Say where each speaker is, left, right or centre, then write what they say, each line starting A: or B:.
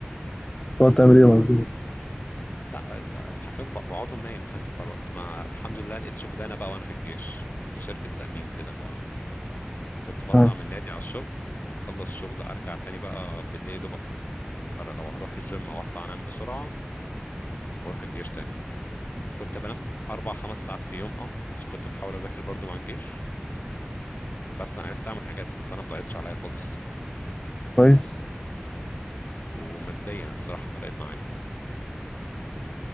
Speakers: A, on the left; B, on the left.
A: تقعد تعمل ايه مع الزملاء؟
B: لا لا، حرفيا ب- بقعدهم نايم تلات ارباع الوقت ما الحمد لله لقيت شغلانه بقى وانا في الجيش في شركه تامين كده فكنت بطلع
A: اه
B: من النادي على الشغل اخلص الشغل ارجع تاني بقى بالليل دوبك لو هروح الجيم واطلع انام بسرعه واروح الجيش تاني كنت بنام اربع خمس ساعات في يوم اه بس كنت بحاول اذاكر برضو مع الجيش بس انا عرفت اعمل حاجات السنه ما ضاعتش عليا خالص
A: كويس
B: وماديا الصراحه فرقت معايا